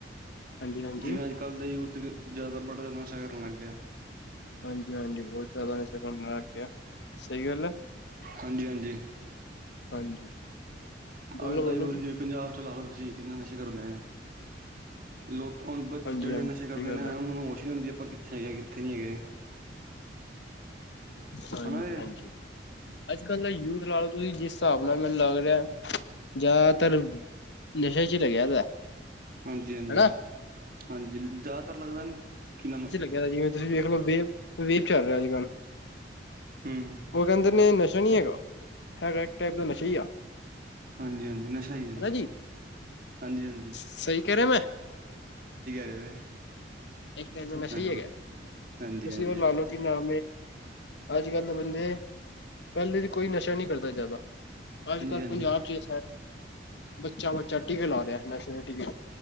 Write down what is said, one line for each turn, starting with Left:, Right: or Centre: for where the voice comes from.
Left: ਹਾਂਜੀ ਹਾਂਜੀ
Right: ਜਿਵੇਂ। ਕੱਲ ਦੇ ਯੂਥ ਜ਼ਿਆਦਾ ਬੜਾ ਜ਼ਿਆਦਾ ਨਸ਼ਾ ਕਰਨ ਲੱਗਿਆ।
Left: ਹਾਂਜੀ ਹਾਂਜੀ ਬਹੁਤ ਜ਼ਿਆਦਾ ਨਸ਼ਾ ਕਰਨ ਲੱਗ ਗਿਆ ਸਹੀ ਗੱਲ ਹੈ
Right: ਹਾਂਜੀ। ਹਾਂਜੀ।
Left: ਹਾਂਜੀ ਬੋਲੋ
Right: ਅੱਜ ਤਾਂ
Left: ਬੋਲੋ ਜੀ
Right: ਹੀ ਪੰਜਾਬ ਚ ਲਾ ਲਓ ਤੁਸੀਂ ਕਿੰਨਾ ਨਸ਼ੇ ਕਰਦੇ ਨੇ। ਲੋਕ
Left: ਹਾਂਜੀ
Right: ਜੇੜੇ
Left: ਹਾਂਜੀ
Right: ਨਸ਼ੇ ਕਰਦੇ
Left: ਸਹੀ ਗੱਲ
Right: ਨੇ,
Left: ਹੈ
Right: ਉਹਨਾਂ ਨੂੰ ਹੋਸ਼ ਈ ਨੀ ਹੁੰਦੀ, ਆਪਾਂ ਕਿੱਥੇ ਹੈਗੇ ਕਿੱਥੇ ਨੀ ਹੈਗੇ।
Left: ਹਾਂਜੀ-ਹਾਂਜੀ।
Right: ਨਾ ਵੀਰੇ
Left: ਅੱਜ ਕੱਲ੍ਹ ਦਾ ਯੂਥ ਲਾ ਲਓ ਤੁਸੀਂ ਜਿਸ ਹਿਸਾਬ ਨਾਲ ਮੈਨੂੰ ਲੱਗ ਰਿਹਾ ਜ਼ਿਆਦਾਤਰ ਨਸ਼ੇ 'ਚ ਲੱਗਿਆ ਦਾ।
Right: ਹਾਂਜੀ, ਹਾਂਜੀ,
Left: ਹਨਾ
Right: ਹਾਂਜੀ ਜ਼ਿਆਦਾਤਰ ਲੱਗਦਾ <unintelligible>
Left: ਜਿਵੇ ਤੁਸੀਂ ਵੇਖ ਲੋ, ਵੇਬ, ਵੇਬ ਚੱਲ ਰਿਹਾ ਅੱਜ ਕੱਲ੍ਹ।
Right: ਹੂੰ।
Left: ਉਹ ਕਹਿੰਦੇ ਨੇ ਨਸ਼ਾ ਨਹੀਂ ਹੈਗਾ, ਹੈਗਾ ਇੱਕ ਟਾਈਪ ਦਾ ਨਸ਼ਾ ਹੀ ਆ।
Right: ਹਾਂਜੀ-ਹਾਂਜੀ ਨਸ਼ਾ
Left: ਹਨਾ
Right: ਹੀ ਐ,
Left: ਜੀ
Right: ਹਾਂਜੀ-ਹਾਂਜੀ।
Left: ਸਹੀ ਕਹਿ ਰਯਾ ਮੈਂ। ਜੀ।
Right: ਰਹੇ ਹੋ
Left: ਇੱਕ। ਤ। ਮੈਂ। ਸਹੀ।
Right: ਹਾਂਜੀ
Left: ਹੈਗਾ।
Right: ਹਾਂਜੀ
Left: ਤੁਸੀਂ।
Right: ਹਾਂਜੀ ਹਾਂਜੀ
Left: ਹੋਰ। ਲਾ। ਲੋ। ਨਾਂ। ਅੱਜ ਕੱਲ ਬੰਦੇ ਪਹਿਲੇ ਦੀ ਕੋਈ ਨਸ਼ਾ ਨਹੀਂ ਕਰਦਾ ਜ਼ਿਆਦਾ ਅੱਜ ਕੱਲ
Right: ਹਾਂਜੀ ਹਾਂਜੀ
Left: ਪੰਜਾਬ 'ਚ। ਬੱਚਾ ਬੱਚਾ ਟੀਕੇ ਲਾ ਰਿਹਾ ਨਸ਼ੇ ਟੀਕੇ।